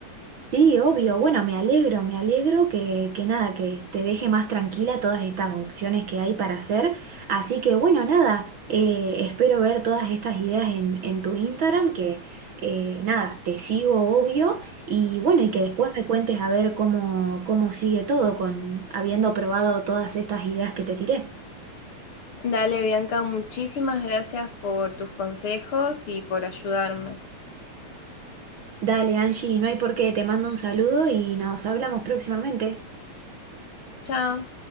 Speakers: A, on the right; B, on the left.
A: Sí, obvio. Bueno, me alegro, me alegro que, que nada, que te deje más tranquila todas estas opciones que hay para hacer. Así que bueno, nada, eh, espero ver todas estas ideas en, en tu Instagram, que eh, nada, te sigo obvio. Y bueno, y que después me cuentes a ver cómo, cómo sigue todo con habiendo probado todas estas ideas que te tiré.
B: Dale, Bianca, muchísimas gracias por tus consejos y por ayudarme.
A: Dale, Angie, no hay por qué, te mando un saludo y nos hablamos próximamente.
B: Chao.